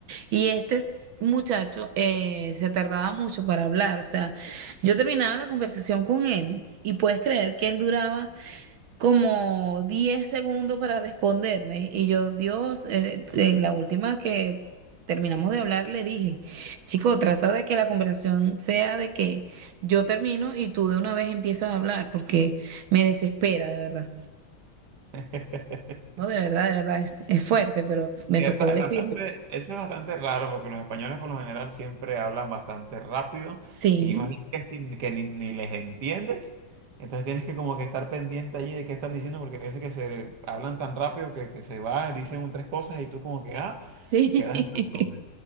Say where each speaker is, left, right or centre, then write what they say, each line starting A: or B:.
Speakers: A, on the right; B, on the right.
A: Y este s- muchacho eh, se tardaba mucho para hablar. O sea, yo terminaba la conversación con él y puedes creer que él duraba como 10 segundos para responderme. Y yo, Dios, eh, eh, la última que terminamos de hablar le dije, chico, trata de que la conversación sea de que yo termino y tú de una vez empiezas a hablar porque me desespera, de verdad.
B: <laughs>
A: No, de verdad, de verdad, es, es fuerte, pero me
B: Y
A: tocó
B: es ra-
A: decirle.
B: es bastante,
A: pues,
B: eso es bastante raro porque los españoles por lo general siempre hablan bastante rápido
A: Sí,
B: y más bien que, sin, que ni, ni les entiendes. Entonces tienes que como que estar pendiente allí de qué están diciendo porque a veces que se hablan tan rápido que, que se va, dicen un, tres cosas y tú como que, ah,
A: sí.
B: quedas
A: <laughs>
B: en las nubes.